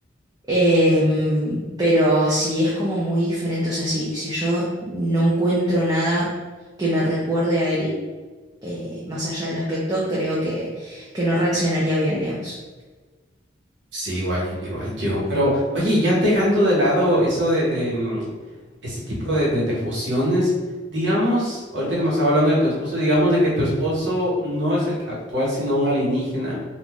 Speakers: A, on the right (about 20°); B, on the right (about 70°).
A: Eh, pero si es como muy diferente, o sea, si, si yo no encuentro nada que me recuerde a él, eh, más allá del aspecto, creo que, que no reaccionaría bien, digamos.
B: Sí, igual, igual yo. Pero, oye, ya dejando de lado eso de, de, mm, ese tipo de, de- de fusiones, digamos, ahorita que me estaba hablando de tu esposo, digamos de que tu esposo no es el actual, sino un alienígena.